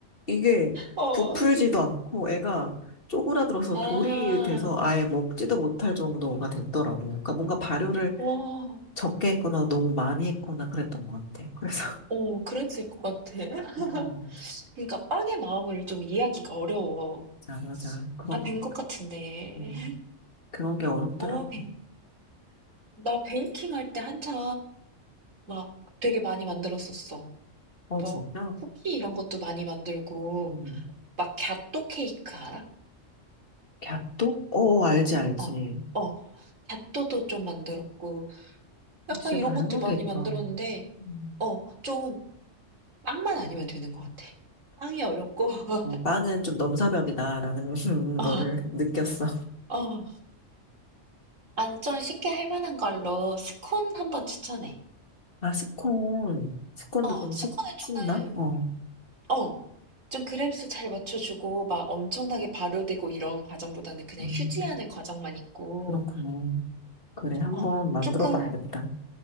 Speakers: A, on the left; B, on the right.
A: 이게
B: 어,
A: 부풀지도 않고, 애가 쪼그라들어서
B: 아,
A: 돌이 돼서 아예 먹지도 못할 정도가 됐더라고. 그러니까 뭔가 발효를
B: 오.
A: 적게 했거나 너무 많이 했거나 그랬던 것 같아. 그래서,
B: 어 그랬을 것 같아. <laughs>
A: <laughs> 음,
B: 그러니까 빵의 마음을 좀 이해하기가 어려워.
A: 자 맞아. 그런
B: 다 된
A: 거,
B: 것 같은데.
A: 음,
B: <laughs>
A: 그런 게 어렵더라고.
B: 어, 베, 나 베이킹 할 때 한참 막 되게 많이 만들었었어.
A: 어,
B: 뭐
A: 진짜?
B: 쿠키 이런 것도 많이 만들고
A: 음.
B: 막 갸또 케이크 알아?
A: 갸또? 어, 알지, 알지.
B: 어, 어. 갸또도 좀 만들었고 약간
A: 진짜
B: 이런
A: 다양하게
B: 것들 많이
A: 했다.
B: 만들었는데
A: 음.
B: 어, 좀 빵만 아니면 되는 것 같아. 빵이 어렵고 <laughs>
A: 어, 빵은 좀 넘사벽이다라는 <laughs>
B: 어,
A: 거를 느꼈어.
B: 어. 아니 좀 쉽게 할 만한 걸로 스콘 한번 추천해.
A: 아, 스콘. 스콘도
B: 어,
A: 좀
B: 스콘은
A: 씹, 씹나?
B: 조금 음.
A: 어.
B: 어. 좀 그램수 잘 맞춰주고 막 엄청나게 발효되고 이런 과정보다는 그냥
A: 음,
B: 휴지하는 과정만 있고
A: 그렇구나. 그래, 한번
B: 어,
A: 만들어
B: 조금
A: 봐야겠다.